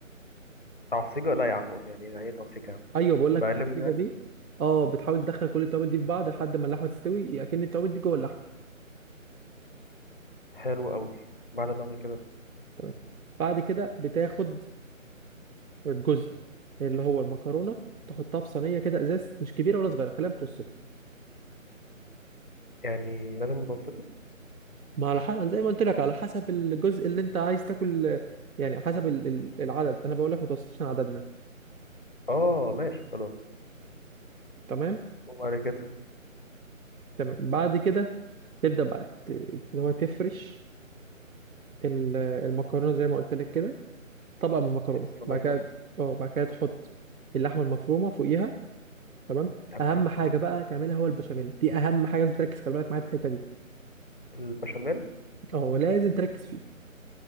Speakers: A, on the left; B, on the right.
A: تعصيجة لا يا عم قول يعني يعني إيه تعصيجة يا عم
B: ايوه بقول لك
A: بقلبه
B: التعصيجة
A: يعني
B: دي اه بتحاول تدخل كل التوابل دي في بعض لحد ما اللحمة تستوي اكن التوابل دي جوه اللحمة
A: حلو قوي بعد ما أعمل كده
B: تمام بعد كده بتاخد الجزء اللي هو المكرونة تحطها في صينية كده ازاز مش كبيرة ولا صغيرة خليها متوسطة
A: يعني لازم متوسطة
B: ما على حسب زي ما قلت لك على حسب الجزء اللي انت عايز تاكل يعني حسب ال- ال- العدد انا بقول لك متوسط عشان عددنا
A: اه ماشي خلاص
B: تمام
A: وبعد كده
B: تمام بعد كده تبدأ بقى ت- اللي هو تفرش ال- المكرونة زي ما قلت لك كده طبقة من المكرونة
A: الصينية
B: بعد كده اه بعد كده تحط اللحمة المفرومة فوقيها تمام
A: تمام
B: أهم حاجة بقى تعملها هو البشاميل دي أهم حاجة لازم تركز خلي بالك معايا في الحتة دي
A: البشاميل
B: اه لازم تركز فيه